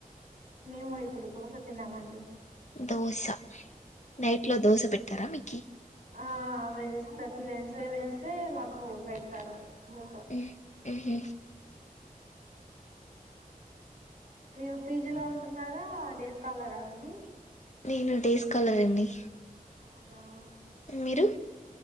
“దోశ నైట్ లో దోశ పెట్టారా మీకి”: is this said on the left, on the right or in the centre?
Left